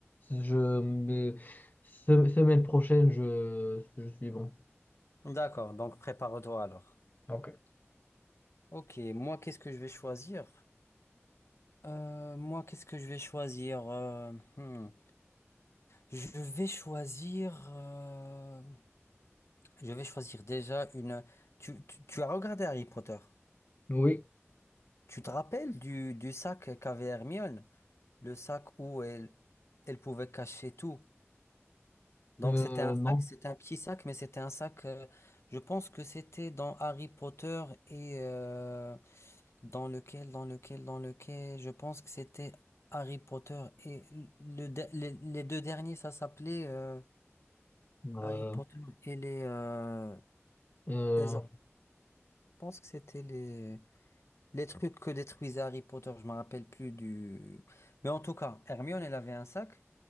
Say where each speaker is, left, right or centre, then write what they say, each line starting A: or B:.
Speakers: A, on the left (about 40°); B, on the left (about 70°).
A: Je me- se- Semaine prochaine, je, je suis bon.
B: D'accord, donc prépare-toi alors.
A: Ok.
B: Ok, moi, qu'est-ce que je vais choisir? Euh, moi, qu'est-ce que je vais choisir? Euh, hmm, Je vais choisir. euh, Je vais choisir déjà une. Tu, tu, tu as regardé Harry Potter.
A: Oui,
B: Tu te rappelles du, du sac qu'avait Hermione? Le sac où elle, elle pouvait cacher tout. Donc
A: euh,
B: c'était un
A: non.
B: sac, c'était un petit sac, mais c'était un sac, euh, je pense que c'était dans Harry Potter et euh, dans lequel, dans lequel, dans lequel, je pense que c'était Harry Potter et le, de- les, les deux derniers, ça s'appelait euh,
A: Euh,
B: Harry Potter et les, euh,
A: euh,
B: les or- Je pense que c'était les, les trucs que détruisait Harry Potter, je me rappelle plus du... Mais en tout cas, Hermione, elle avait un sac.